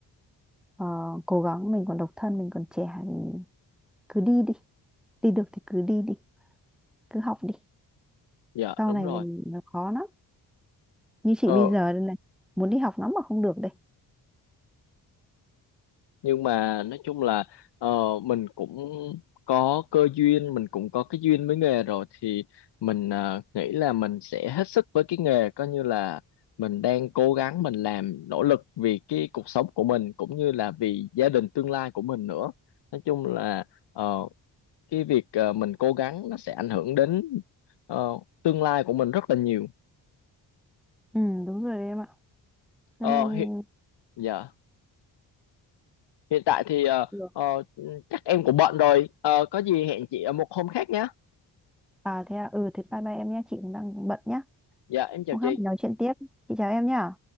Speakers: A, in the centre; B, on the left (about 65°).
A: ờ, cố gắng mình còn độc thân mình còn trẻ thì cứ đi đi đi được thì cứ đi đi cứ học đi
B: dạ
A: sau
B: đúng
A: này
B: rồi
A: về nó khó lắm như chị
B: Ờ,
A: bây giờ đây này muốn đi học lắm mà không được đây.
B: nhưng mà nói chung là ờ, mình cũng có cơ duyên, mình cũng có cái duyên với nghề rồi thì mình ờ, nghĩ là mình sẽ hết sức với cái nghề, coi như là mình đang cố gắng mình làm nỗ lực vì cái cuộc sống của mình cũng như là vì gia đình tương lai của mình nữa. Nói chung là ờ, cái việc ờ, mình cố gắng nó sẽ ảnh hưởng đến ờ, tương lai của mình rất là nhiều.
A: Ừ đúng rồi đấy em ạ. Cho
B: Ờ,
A: nên
B: hi- dạ hiện tại thì ờ,
A: được.
B: ờ, chắc em cũng bận rồi Ờ, có gì hẹn chị ở một hôm khác nhé
A: À thế à ừ thế bye bye em nhé chị cũng đang bận nhá
B: dạ em chào
A: Hôm khác
B: chị
A: mình nói chuyện tiếp. Chị chào em nhá.